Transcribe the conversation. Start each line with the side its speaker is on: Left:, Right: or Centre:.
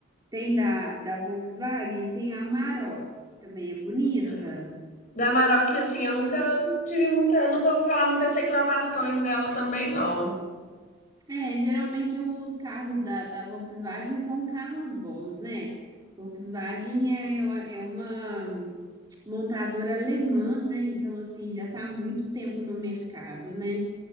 Right: tem da, da Volkswagen, tem a Amarok, que também é bonita.
Left: É. Da Amaral assim, eu nunca tive muita, eu nunca ouvi falar muitas reclamações dela também, não.
Right: É, geralmente os carros da, da Volkswagen são carros bons, né? Volkswagen é, uma- é uma montadora alemã, né? Então, assim, já está há muito tempo no mercado, né?